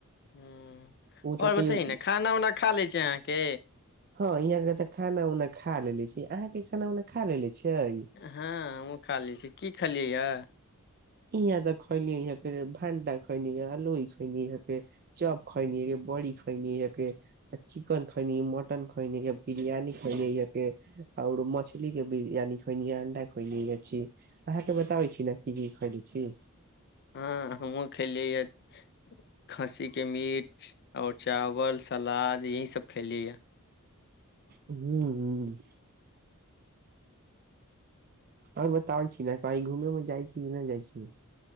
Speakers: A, on the left (about 50°); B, on the right (about 40°).
A: हूँ
B: ओ तऽ
A: आओर बतैय
B: कहियो
A: ने खाना उना खा लै छी अहाँके
B: हाँ यहाँके तऽ खाना उना खा लेले छी अहाँके खाना उना खा लेले छियै
A: हाँ हमहुूँ खा ले छी की खेलियै या
B: इहाँ त खयलनि इहाँके भाण्डा खइल आलहि खेलिहँ इहाँके चाप खायनि बड़ी खायनि हँके आ चिकन खइनी मटन खइनी इहाँ बिरियानी खइनी इहाँके आओर मछलीके बिरियानी खइनी अंडा खइनी छी अहाँके बताबै छी ने की की खइलै छी
A: हाँ हमहूँ खेलियै ह खस्सीके मीट आओर चावल सलाद यही सब खैइली या
B: हूँ हूँ आओर बताबै छी ने कही घूमे उमेमे जाइ छी कि नहि जाइ छी